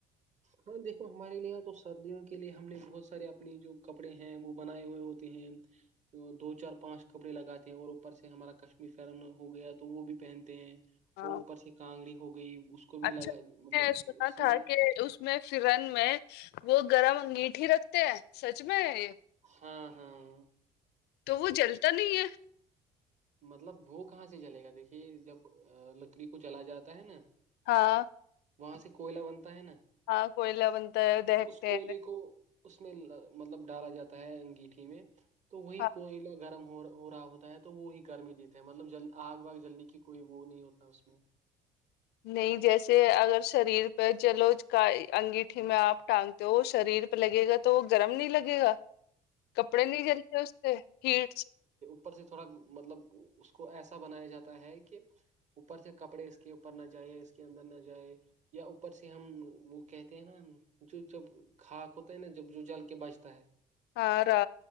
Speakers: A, on the right (about 35°); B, on the left (about 60°).
A: ہاں دیکھو ہمارے لیےاں تو سردیوں کے لیے ہم نے بہت سارے اپنے جو کپڑے ہیں وہ بنائے ہوئے ہوتے ہیں دو چار پانچ کپڑے لگاتے ہیں اور اوپر سے ہمارا کشمیر فرن ہو گیا تو وہ بھی پہنتے ہیں اور
B: ہاں
A: اوپر سے کانگڑی ہو گئی اس کو بھی
B: اچھا
A: لگا مطلب
B: میں نے سنا
A: اس سے
B: تھا
A: بھی
B: کہ اس میں فرن میں وہ گرم انگیٹ ہی رکھتے ہیں سچ میں یہ
A: ہاں ہاں
B: تو وہ جلتا نہیں ہے
A: مطلب وہ کہاں سے چلے گا دیکھیے جب لکڑی کو چلا جاتا ہے نا
B: ہاں
A: وہاں سے کوئلہ بنتا ہے نا
B: ہاں کوئلہ بنتا دیہکتے
A: اس کوئلے کو اس میں مطلب ڈالا جاتا ہے انگیٹھی میں تو وہی
B: ہاں
A: کوئلہ گرم ہو ہو رہا ہوتا ہے تو وہی گرمی دیتا ہیں مطلب ج آگ واگ جلنے کی کوئی وہ نہیں ہوتا اس میں
B: نہیں جیسے اگر شریر پہ جلو کا انگیٹھی میں آپ ٹانگ تو وہ شریر پہ لگے گا تو وہ گرم نہیں لگے گا کپڑے نہیں جلتے اس سے ہیٹس
A: ر سے تھوڑا مطلب اس کو ایسا بنایا جاتا ہے کہ اوپر سے کپڑے اس کے اوپر نہ جائ اس کے اندر نہ جائے یا اوپر سے ہم وہ کہتے ہیں نا جو جب خاک ہوتا ہے نا جب جو جل کے بجتا ہے
B: ہاں